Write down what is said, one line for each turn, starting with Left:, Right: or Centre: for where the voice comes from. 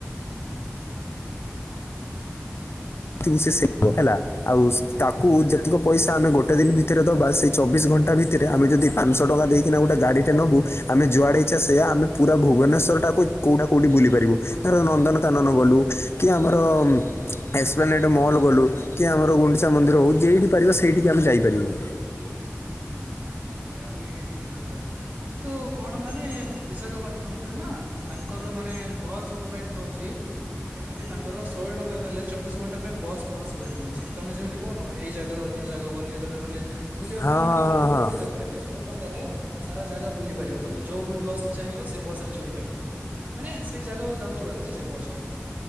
Left: ତୁସେ ସେ ସେପୋ ହେଲା। ଆଉ ତାକୁ ଯେତିକ ପଇସା ଆମେ ଗୋଟେ ଦିନ୍ ଭିତରେ ଦବା। ସେଇ ଚବିଶ ଘଣ୍ଟା ଭିତରେ ଆମେ ଯଦି, ପାଞ୍ଚଶହ ଟଙ୍କା ଦେଇକିନା ଗୋଟ ଗାଡ଼ିଟେ ନବୁ ଆମେ ଯୁଆଡ଼େ ଇଛା, ସେ ଆମେ ପୁରା ଭୁବନେଶ୍ୱରଟାକୁ କୋଉଟା କେଉଠି ବୁଲିପାରିବ। ଧର ନନ୍ଦନକାନନ ଗଲୁ, କି ଆମର ଏକ୍ସପ୍ଲାନେଟ ମଲ୍ ଗଲୁ। କି ଆମର ଗୁଣ୍ଡିଚା ମନ୍ଦିର ହେଉ, ଯେଇଠି ପାରିବ, ସେଇଠିକି ଆମେ ଯାଇପାରିବୁ।
Right: ହୁଁ, ହୁଁ ଏୟାବି ଠିକ୍ କଥା, କିନ୍ତୁ କଣ ମାନେ ବିଶାଖାପାଟଣମ ରେ ନା, ତାଙ୍କର ମାନେ ବସ୍ ପ୍ରୋଭାଇଡ୍ ଥାଉଚି କେମିତି ତାଙ୍କର ଶହେ ଟଙ୍କା ଦେଲେ ଚବିଶ ଘଣ୍ଟା ପାଇଁ ବସ୍ ପାସ ଗୋଟେ ମିଳୁଛି। ତମେ ଯେମିତି କହୁନ ଏଇ ଜାଗାରୁ, ଅନ୍ୟ ଜାଗାକୁ, ଅନ୍ୟ ଜାଗାରୁ, ଅନ୍ୟ ବୁ
Left: ହଁ
Right: ମାନେ
Left: ହଁ ହଁ
Right: ଓଲା ଉପର
Left: ହଁ
Right: ବି ଦରକାର ନଁ ଶଷୋହେ ଟଙ୍କାରେ ସାରା ଜାଗା ବୁଲି ପାରିବ ତମେ। ଯୋଉ ବି ବସ୍ ଚାହିଁବ ସେ ବସ ରେ ଚଢିପାରିବ। ମାନେ, ସେଇ ଜାଗାକୁ ଯାଉଥିବାର ଅଛି। ସେ ବସ୍ ଟା।